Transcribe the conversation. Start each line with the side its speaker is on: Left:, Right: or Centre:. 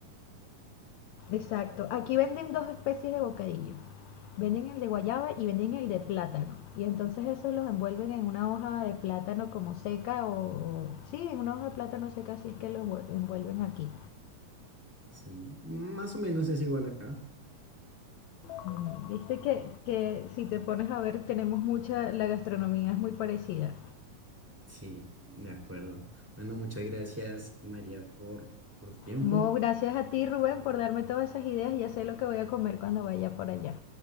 Left: Exacto. Aquí venden dos especies de bocadillos. Venden el de guayaba y venden el de plátano. Y entonces eso los envuelven en una hoja de plátano como seca o, o- sí, en una hoja de plátano seca, así es que los envuel- envuelven aquí.
Centre: Sí, más o menos es igual acá.
Left: Mm, Viste que, que si te pones a ver, tenemos mucha, la gastronomía es muy parecida.
Centre: Sí, de acuerdo. Bueno, muchas gracias, María, por, por tu tiempo.
Left: No, gracias a ti, Rubén, por darme todas esas ideas. Ya sé lo que voy a comer cuando vaya por allá.